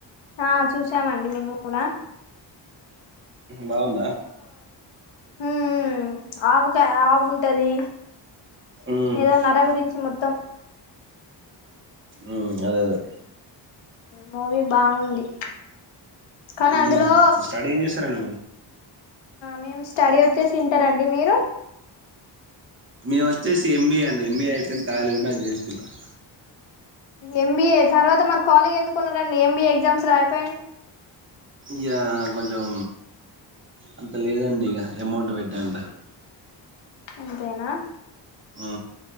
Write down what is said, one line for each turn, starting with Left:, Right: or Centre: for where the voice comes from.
Left: ఆ చూసామండి మేము కూడా
Right: బాగుందా
Left: ఉ ఆవుక ఆవు ఉంటది
Right: మ్మ్,
Left: ఏదో నర గురించి మొత్తం
Right: మ్మ్, అదే అదే
Left: మూవీ బాగుంది కానీ అందులో
Right: మ్మ్. స్టడీ ఏం చేస్తారండి మీరు
Left: మేము స్టడీ వచ్చేసి ఇంటర్ అండి మీరు
Right: మేము వచ్చేసి ఎంబీఏ అండి ఎంబీఏ అయిపోయింది ఖాళీ ఉన్న అది చేసుకుంటానా
Left: ఎంబీఏ తర్వాత మరి కాళిగా ఎందుకున్నారండి ఎంబీఏ ఎగ్జామ్స్ రాయిపోయాడు
Right: యా కొంచెం అంత లేదండి ఇక అమౌంట్ పెట్టేంత
Left: అంతేనా
Right: ఆ